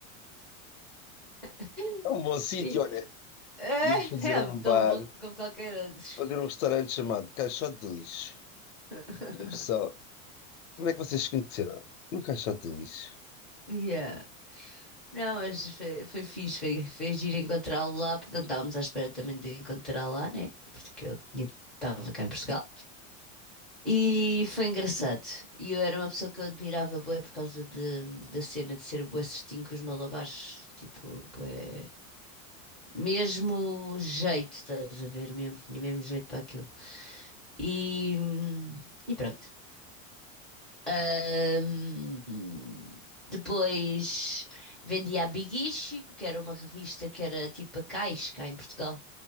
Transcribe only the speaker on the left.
É um bom sítio,
olha,
íamos fazer
um bar,
fazer um restaurante chamado Caixote de Lixo.
E o pessoal, como é que vocês se conheceram? No Caixote de Lixo.